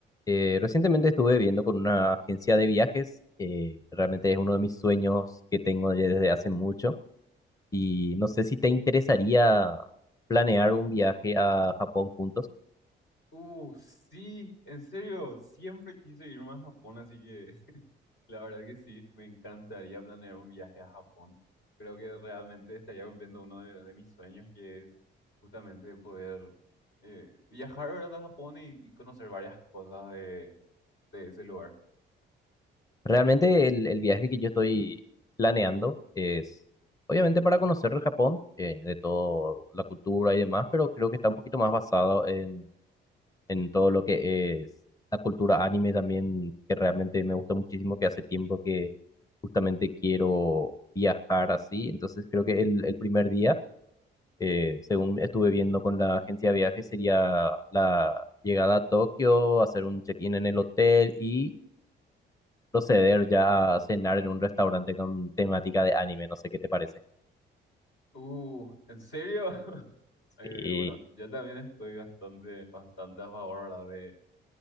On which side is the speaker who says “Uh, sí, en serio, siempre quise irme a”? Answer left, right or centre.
Left